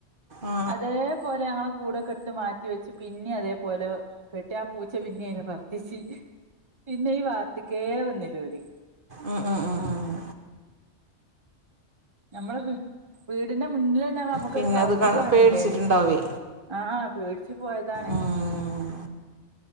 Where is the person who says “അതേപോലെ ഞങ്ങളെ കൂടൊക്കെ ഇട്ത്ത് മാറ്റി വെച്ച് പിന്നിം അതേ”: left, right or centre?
Right